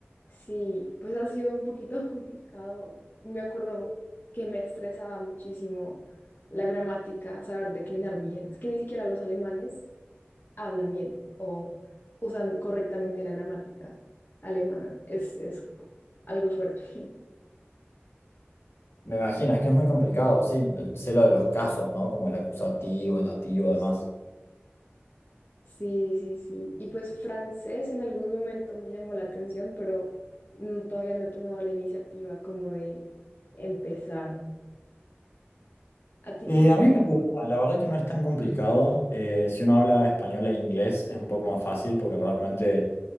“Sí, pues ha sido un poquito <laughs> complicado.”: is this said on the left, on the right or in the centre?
Left